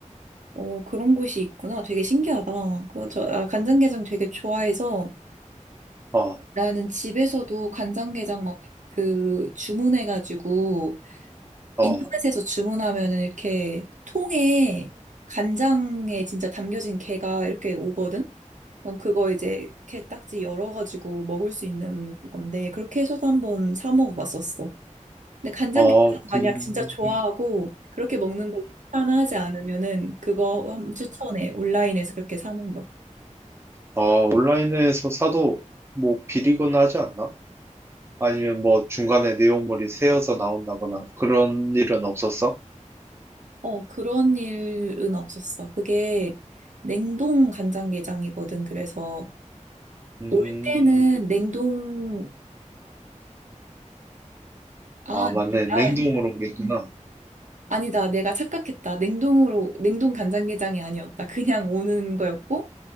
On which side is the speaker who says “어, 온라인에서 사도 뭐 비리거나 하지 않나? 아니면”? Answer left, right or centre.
Right